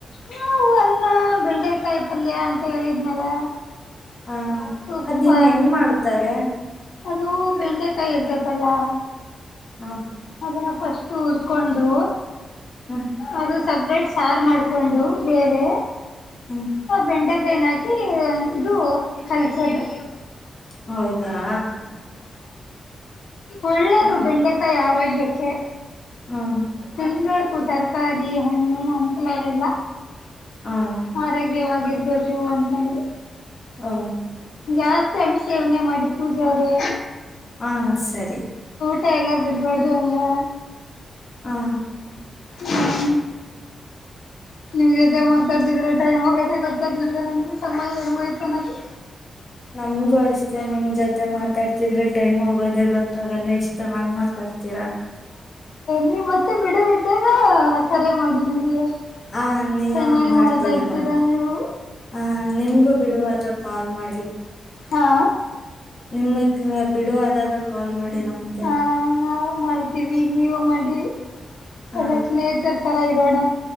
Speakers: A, on the left; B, on the left.
A: ನಾವು ಅನ್ನ ಬೆಂಡೆಕಾಯತಲ್ಯ ಅಂತ ಹೇಳಿದ್ನಲ್ಲ
B: ಹಾ
A: ತುಪ್ಪ
B: ಅದಿನ್ ಹೆಂಗ್ ಮಾಡ್ತಾರೆ
A: ಅದು ಬೆಂಡೆಕಾಯಿ ಇರ್ತೈತಲ್ಲ
B: ಹ
A: ಅದನ್ನ ಫಸ್ಟ್ ಉರ್ಕೊಂಡು
B: ಹ್ಮ್
A: ಅದು ಸಪರೇಟ್ ಸಾರು ಮಾಡಕೊಂಡು ಬೇರೆ
B: ಹ್ಮ್
A: ಆ ಬೆಂಡೆಕಾಯನ ಹಾಕಿ ಇದು ಕಲಸದು
B: ಹೌದಾ
A: ಒಳ್ಳೇದು
B: ಹ
A: ಬೆಂಡೆಕಾಯಿ ಆರೋಗ್ಯಕ್ಕೆ
B: ಹ್ಮ್
A: ತಿನ್ನಬೇಕು ತರಕಾರಿ ಹಣ್ಣು ಹಂಪಲೆಲ್ಲ
B: ಹ
A: ಆರೋಗ್ಯವಾಗಿರ್ತ ಅಂತಂದ್ರ
B: ಹ
A: ಜಾಸ್ತಿ ಹಣ್ಣ ಸೇವನೆ ಮಾಡಿ ಪೂಜಾ ಅವರೆ
B: ಹಾ ಸರಿ
A: ಊಟ ಎಲ್ಲ ಬಿಡ್ಬಾರ್ದು ಹಂಗೆ
B: ಹ
A: ಹ್ಮ್ ನಿಮ್ಮ ಜೊತೆ
B: ಹ
A: ಮಾತಾಡ್ತಿದ್ರೆ ಟೈಮ್ ಹೋಗದೆ ಗೊತ್ತಾಗ್ಲ ಸಮಯ ಏಂಗಯೂತನದು
B: ನಮ್ಗೂ ಅಷ್ಟೇ ನಿಮ್ ಜೊತೆ ಮಾತಾಡ್ತಿದ್ರೆ ಟೈಮ್ ಹೋಗೋದೆ ಗೊತ್ತಾಗಲ್ಲ ಇಷ್ಟ ಚೆನ್ನಾಗ್ ಮಾತಾಡ್ತೀರಾ
A: ನೀ ಮತ್ತೆ ಬಿಡುವಿದ್ದಾಗ ಕರೆ ಮಾಡಿ ನನಗೆ
B: ಹ ನೀವು
A: ಚೆನ್ನಾಗ
B: ಮಾಡ್ತೀವಿ
A: ಮಾತಾಡ್ತೀರಾ
B: ಮಾಡ್
A: ನೀವು
B: ಹ ನಿಮ್ಗೂ ಬಿಡುವಾದಗ ಕಾಲ್ ಮಾಡಿ
A: ಹಾ
B: ನಿಮಗ್ ಬಿಡುವಾದಾಗ ಕಾಲ್ ಮಾಡಿ ನಮ್ಗೆ
A: ಹಾ ನಾವು ಮಾಡ್ತೀವಿ ನೀವು ಮಾಡಿ
B: ಹ
A: ಒಳ್ಳೆ ಸ್ನೇಹಿತರ್ ತರ ಇರೋಣ